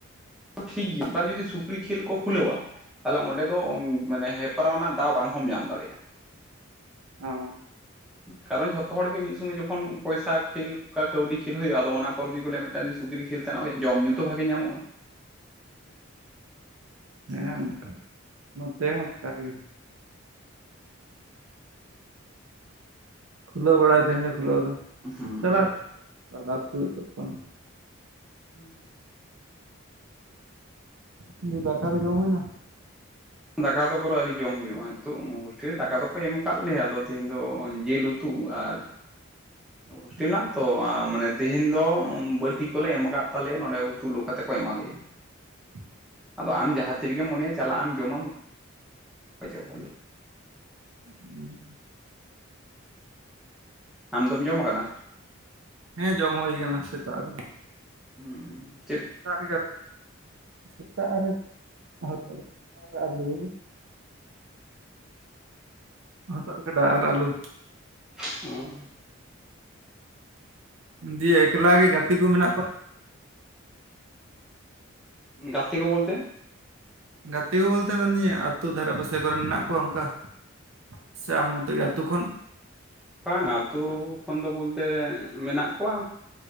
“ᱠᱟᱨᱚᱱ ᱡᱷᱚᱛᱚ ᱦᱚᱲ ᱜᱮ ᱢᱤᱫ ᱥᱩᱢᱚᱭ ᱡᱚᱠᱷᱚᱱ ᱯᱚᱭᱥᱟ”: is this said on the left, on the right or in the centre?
Centre